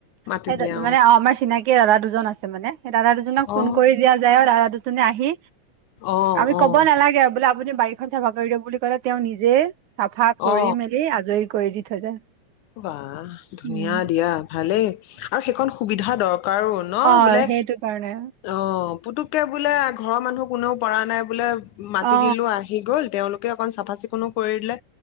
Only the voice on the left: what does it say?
মাতি
দিয়া
অ
অ অ
অ
অ
বাহ! ধুনীয়া
দিয়া। ভালেই। আৰু সেইকন সুবিধা দৰকাৰো ন?
বোলে,
অ'। পুটুকে বোলে, ঘৰৰ মানুহ কোনেও পৰা নাই, বোলে। মাতি
দিলোঁ আহি গল তেওঁলোক। কে, অকণ চাফা-চিকুণো কৰিলে।